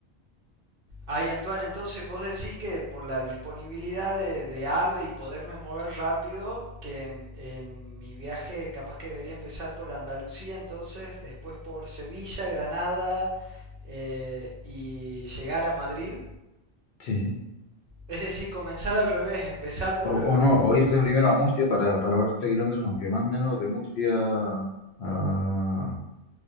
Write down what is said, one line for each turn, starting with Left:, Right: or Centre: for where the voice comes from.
Right: Ay, Antoine, entonces vos decís que por la disponibilidad de, de AVE y poderme mover rápido, que en, en mi viaje capaz que debería empezar por Andalucía, entonces después por Sevilla, Granada eh, y llegar a Madrid.
Left: Sí, sí.
Right: Es decir, comenzar al revés, empezar por,
Left: O,
Right: eh,
Left: o no,
Right: por...
Left: o
Right: eh,
Left: irse primero a Murcia para, para ahorrarte kilómetros, aunque más o menos de Murcia a,